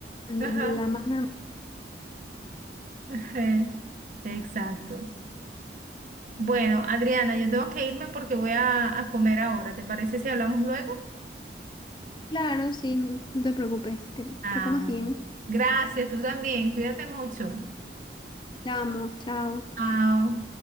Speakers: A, on the left (about 25°); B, on the right (about 45°).
A: la
B: ajá,
A: más normal.
B: ajá, exacto. Bueno, Adriana, yo tengo que irme porque voy a, a comer ahora. ¿Te parece si hablamos luego?
A: Claro, sí, no no te preocupes, que,
B: Ah,
A: que comas bien.
B: gracias, tú también, cuídate mucho.
A: La amo, chao.
B: Chao.